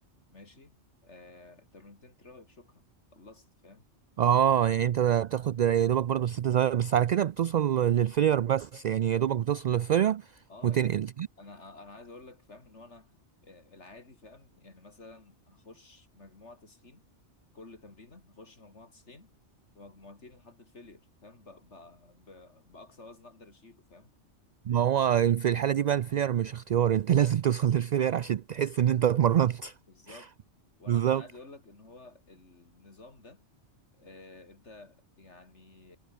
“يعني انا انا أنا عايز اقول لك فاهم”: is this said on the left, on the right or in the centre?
Left